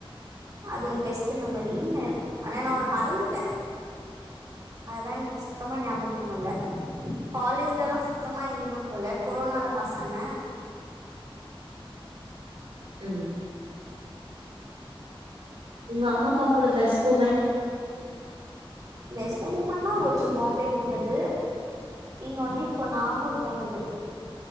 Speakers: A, on the right (about 40°); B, on the right (about 85°).
A: அது ஒரு பெஸ்ட்டு மெமரி இன ஆனா நா ஒன்ன மறந்துட்டே அதெல்லா எனக்கு சுத்தமா ஞாபகமல்ல காலேஜ்லெல்லா சுத்தமா எங்கையு போல கொரோனால பாஸ் ஆன
B: ம் உங்க அம்மா அப்பா கூட பெஸ் மொமெண்ட்
A: பெஸ்ட்டு மூமெண்னா ஒண்ணு பாம்பே போனது இன்னொன்னு இப்போ நாகூர் போனது